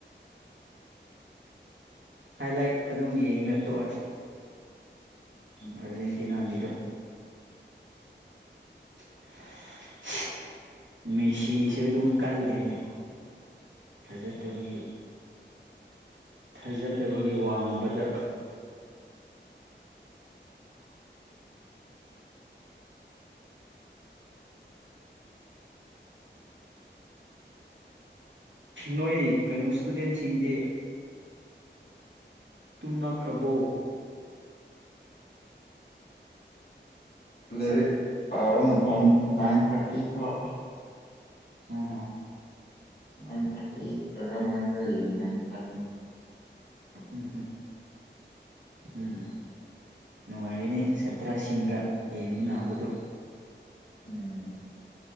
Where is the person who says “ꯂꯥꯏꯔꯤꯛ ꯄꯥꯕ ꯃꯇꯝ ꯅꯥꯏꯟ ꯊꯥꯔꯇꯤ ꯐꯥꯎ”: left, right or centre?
Left